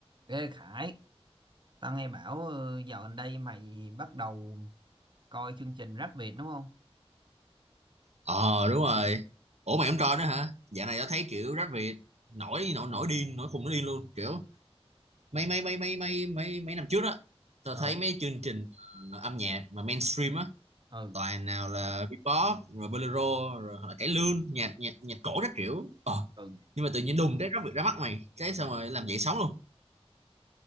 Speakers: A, on the right; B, on the right.
A: Ê Khải, tao nghe bảo ờ, dạo gần đây mày bắt đầu coi chương trình Rap Việt đúng không?
B: Ờ đúng rồi. Ủa mày không coi nữa hả? Dạo này tao thấy kiểu rap Việt nổi nổi nổi điên, nổi khùng nó điên luôn, kiểu mấy mấy mấy mấy mấy mấy mấy năm trước á, tao
A: Ừ,
B: thấy mấy chương trình ờ, âm nhạc mà mainstream á
A: ừ,
B: toàn nào là Bebop rồi bolero rồi hoặc là cải lương, nhạc nhạc nhạc cổ các kiểu. Ờ.
A: ừ.
B: Nhưng mà tự nhiên đùng cái rap Việt ra mắt mày, cái xong rồi làm dậy sóng luôn.